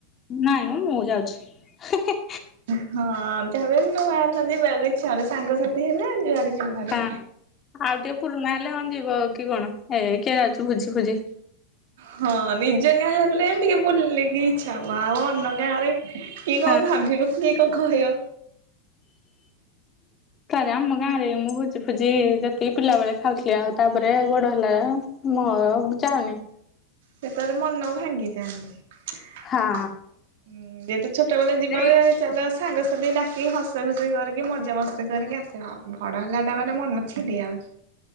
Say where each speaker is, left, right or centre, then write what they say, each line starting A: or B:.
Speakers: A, on the left; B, on the right.
A: ନାଇଁ ମ ମୁଁ ଯାଉଛି। ହିଁ-ହିଁ।
B: ଉଁ ହଁ ଯାହାବି ହେଲେ ନୂଆ ନା ଯିବା ପାଇଁ ଇଚ୍ଛା ହଉନି। ସାଙ୍ଗସାଥି ହେଲେ ଯୁଆଡ଼େ ଯିବୁ ଭାରି।
A: ହଁ ଆଉ ଟିକେ ପୁରୁଣା ହେଲେ ହଁ ଯିବ କି କଣ। ଏବେ କିଏ ଯାଉଚି ଭୁଜି ଫୁଜି।
B: ହଁ ନିଜେନିଆ ହେଲେ ଟିକେ ବୁଲିକି ଛି ଥାଉ ଆଉ ଅନ୍ନ ଗାଁ ରେ କିଏ
A: ହଁ
B: କଣ ଭାବିବ କିଏ କଣ କହିବ?
A: <inaudible> ତାରେ ଆମ ଗାଁରେ ମୁଁ ଭୋଜି ଫୋଜି ଯେତିକି ପିଲା ବେଳେ ଖାଉଥିଲି। ଆଉ ତାପରେ ବଡ଼ ହେଲା ମୋ ଯାଉନି।
B: ସେଟାରେ ମନ ଭାଙ୍ଗି ଯାଆନ୍ତା।
A: ହଁ
B: ଯେହେତୁ ଛୋଟ ବେଳେ ଯିବା
A: ଏଇ
B: ବେଳେ ଚାଲ ସାଙ୍ଗସାଥି ଡାକି ହସ ଖୁସି କରିକି ମଜା ମସ୍ତି କରିକି ଆସିବା। ବଡ଼ ହେଲାଟା ମାନେ ମନ ଛି ଡ଼ି ଆଉଛୁ।